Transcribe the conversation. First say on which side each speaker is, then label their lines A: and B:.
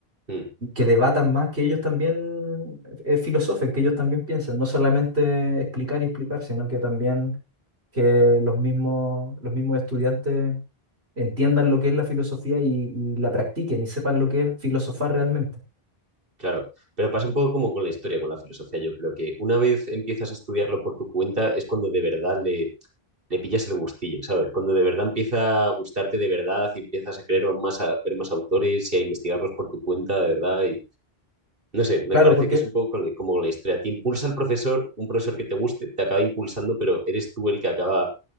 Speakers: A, on the right; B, on the right.
A: Mm,
B: que debatan más, que ellos también eh, eh, filosofen, que ellos también piensen, no solamente explicar y explicar, sino que también que los mismos, los mismos estudiantes entiendan lo que es la filosofía y, y la practiquen y sepan lo que es filosofar realmente.
A: claro, pero pasa un poco como con la historia, con la filosofía. Yo creo que una vez empiezas a estudiarlo por tu cuenta es cuando de verdad le, le pillas el gustillo, ¿sabes? Cuando de verdad empieza a gustarte de verdad y empiezas a querer más, a ver más autores y a investigarlos por tu cuenta de verdad y, no sé, me
B: Claro,
A: parece
B: porque,
A: que es un poco con- como con la historia. Te impulsa el profesor, un profesor que te guste, te acaba impulsando, pero eres tú el que acaba